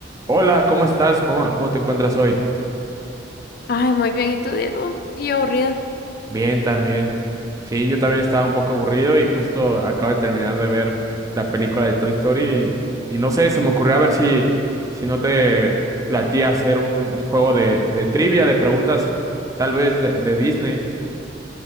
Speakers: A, on the right; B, on the left.
A: Hola, ¿cómo estás? ¿Cómo, cómo te encuentras hoy?
B: Ay, muy bien. ¿Y tú, Diego? Qué aburrida.
A: Bien, también. Sí, yo también estaba un poco aburrido y justo acabo de terminar de ver la película de Toy Story y, y no sé, se me ocurrió a ver si, si no te latía hacer un, un juego de, de trivia, de preguntas, tal vez de, de Disney.